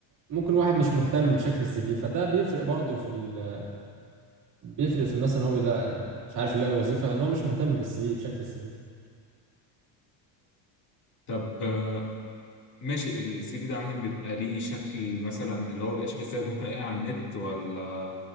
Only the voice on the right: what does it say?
ممكن واحد مش مهتم بشكل السي في فده بيفرق برضه في ال... بيفرق في مثلا هو لا مش عارف يلاقي وظيفه ان هو مش مهتم بالسي في بشكل السي في